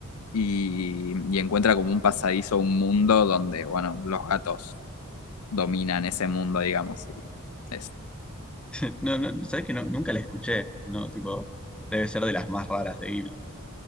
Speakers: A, on the left; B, in the centre.
A: y, y encuentra como un pasadizo, un mundo donde, bueno, los gatos dominan ese mundo, digamos. y es,
B: <laughs> no, no, ¿sabes que no, nunca la escuché? No, tipo, debe ser de las más raras de Ghibli.